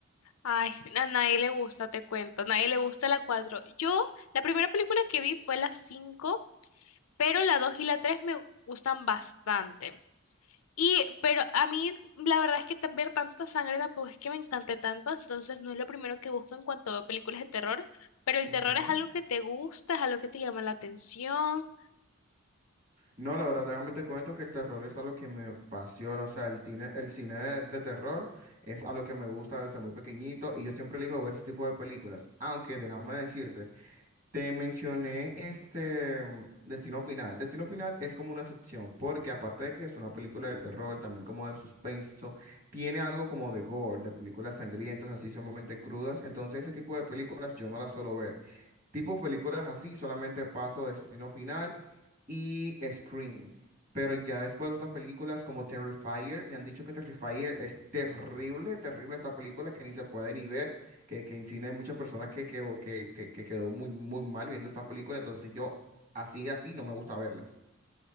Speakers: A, on the left; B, on the right.
A: Ay, <laughs> a nadie le gusta, te cuento, a nadie le gusta la 4. Yo, la primera película que vi fue la 5, pero la 2 y la 3 me gustan bastante. Y, pero a mí la verdad es que ta- ver tanta sangre tampoco es que me encante tanto, entonces no es lo primero que busco en cuanto a películas de terror, pero el
B: Ujú.
A: terror es algo que te gusta, es algo que te llama la atención.
B: No, la verdad, déjame te cuento que el terror es algo que me apasiona. O sea, el, cine el cine de, de terror es algo que me gusta desde muy pequeñito y yo siempre elijo ver ese tipo de películas. Aunque déjame decirte. Te mencioné este mm, Destino Final. Destino Final es como una excepción, porque aparte de que es una película de terror, también como de suspenso, tiene algo como de gore, de películas sangrientas, así sumamente crudas. Entonces ese tipo de películas yo no las suelo ver. Tipos películas así, solamente Paso, Destino Final y Scream. Pero ya después otras películas como Terrifier, me han dicho que Terrifier es terrible, terrible esta película que ni se puede ni ver, que, que en cine hay muchas personas que, que, que, que- que quedó muy, muy mal viendo esta película, entonces yo así, así no me gusta verlas.